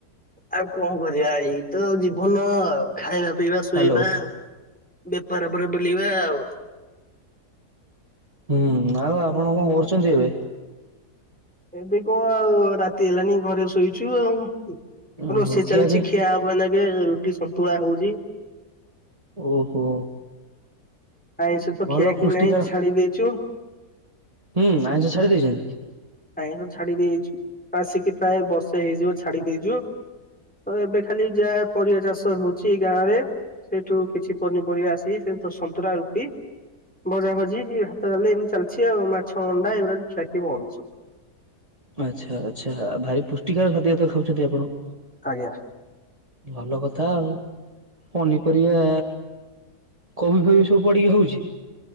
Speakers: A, in the centre; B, on the right.
A: ଆଉ କଣ କରିବା ଏଇ ତ ଜୀବନ ଆଉ ଖାଇବା ପିଇବା ଶୋଇବା।
B: ହ୍ୟାଲୋ
A: ବେପାର ପରେ ବୁଲିବା ଆଉ।
B: ହୁଁ ଆଉ ଆପଣ କଣ କରୁଛନ୍ତି ଏବେ?
A: ଏବେ କଣ ଆଉ ରାତି ହେଲାନି ଘରେ ଶୋଇଛୁ ଆଉ
B: ଓହୋ
A: ରୋଷେଇ
B: ଖିଆପିଆ
A: ଚାଲିଛି ଖିଆ ହବ। ମୁଁ ଏଇ ନଗେ ରୁଟି ସନ୍ତୁଳା ହଉଛି।
B: ଓହୋ
A: ଆଇଷ ତ
B: ଭଲ
A: ଖିଆଖି
B: ପୃଷ୍ଟିକର
A: ନାହିଁ ଛାଡି ଦେଇଛୁ।
B: ହୁଁ ଆଇଁଷ ଛାଡି ଦେଇଛନ୍ତି।
A: ଆଇସ ଛାଡି ଦେଇେଛୁ ଆସିକି ପ୍ରାୟ ବର୍ଷେ ହେଇଯିବ ଛାଡି ଦେଇଛୁ। ତ ଏବେ ଖାଲି ଯାହା ପରିବା ଚାଷ ହଉଛି ଗାଁ ରେ ସେଇଠୁ କିଛି ପନିପରିବା ଆସିକି ସେ ସନ୍ତୁରା ରୁଟି ଭଜା ଭଜି ଭାତ ଡାଲି ଏମିତି ଚାଲିଛି ଆଉ ମାଛ ଅଣ୍ଡା ଏଗୁଡା ଖିଆ ଖିଇ ବନ୍ଦ ସବୁ।
B: ଆଚ୍ଛା ଆଚ୍ଛା ଭାଇ ପୁଷ୍ଟିକାର ଖାଦ୍ୟ ତ ଖାଉଛନ୍ତି ଆପଣ।
A: ଆଜ୍ଞା।
B: ଭଲ କଥା ଆଉ ପନିପରିବା କୋବି ଫୋବିଶ୍ ସବୁ ପଡ଼ିକି ହଉଚି?